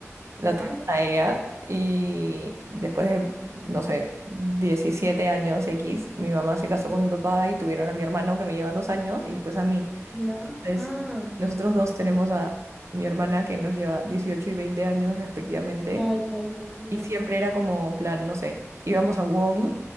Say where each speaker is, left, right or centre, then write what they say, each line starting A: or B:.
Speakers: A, on the right; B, in the centre.
A: la
B: ya,
A: tuvieron a ella y después de, no sé, 17 años X, mi mamá se casó con mi papá y tuvieron a mi hermano que me lleva dos años y después a mí.
B: ya.
A: Entonces,
B: Ah,
A: nosotros dos tenemos a mi hermana que nos lleva 18 y 20 años respectivamente,
B: ya, ya, ya, ya.
A: y siempre era como plan, no sé, íbamos a Wong